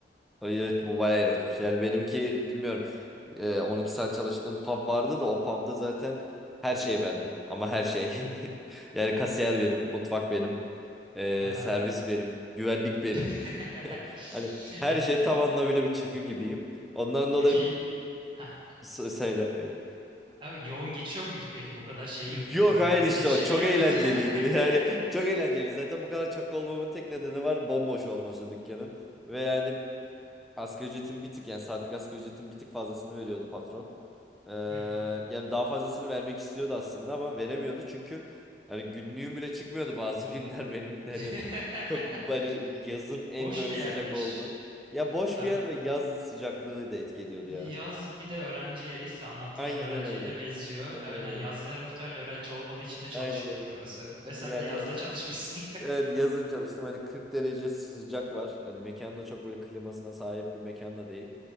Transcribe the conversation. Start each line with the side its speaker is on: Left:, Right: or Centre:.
Centre: Ay, Evet bu bayağı iğrençmiş. Yani benimki bilmiyorum. E, 12 saat çalıştığım pub vardı da o pubda zaten her şey bendim. Ama her şey. <laughs> Yani kasiyer benim, mutfak benim. Ee,
Right: Aha.
Centre: servis benim. Güvenlik benim.
Right: <laughs>
Centre: <laughs> Hani her
Right: Y-
Centre: şey tam anlamıyla bir çakı gibiyim. Ondan dolayı
Right: Peki ha
Centre: S- söyle evet.
Right: abi yoğun geçiyor muydu peki bu kadar şey
Centre: Yok
Right: yapıyordun
Centre: hayır
Right: hani yetişebiliyor
Centre: işte o çok eğlenceliydi.
Right: muydun? <laughs>
Centre: <laughs> Yani çok eğlenceli. Zaten bu kadar çakı olmamın tek nedeni var bomboş olması dükkanın. Ve yani Asgari ücretin bir tık yani saatlik asgari ücretin bir tık fazlasını veriyordu patron. Ee,
Right: Hı hı.
Centre: yani daha fazlasını vermek istiyordu aslında ama veremiyordu çünkü hani günlüğüm bile çıkmıyordu bazı günler <laughs> benim hani
Right: <laughs>
Centre: çok hani yazın en
Right: Boş
Centre: böyle
Right: bir
Centre: sıcak
Right: yermiş.
Centre: oldu. Ya boş
Right: Abi
Centre: bir yer ve yaz sıcaklığı da etki ediyordu
Right: yaz
Centre: ya.
Right: bir de öğrenci yeriyse anlattığın
Centre: Aynen
Right: yer öğrenci
Centre: öyle.
Right: yerine benziyor.
Centre: Aynen
Right: Aynen
Centre: öyle.
Right: yazları muhtemelen öğrenci olmadığı için de çalışmıyordur
Centre: Aynen öyle.
Right: orası. Ve sen
Centre: Yani
Right: de yazda
Centre: evet.
Right: çalışmışsın.
Centre: Evet yazın çalıştım. Hani 40 derece sıcak var. Hani mekanda çok böyle klimasına sahip bir mekan da değil.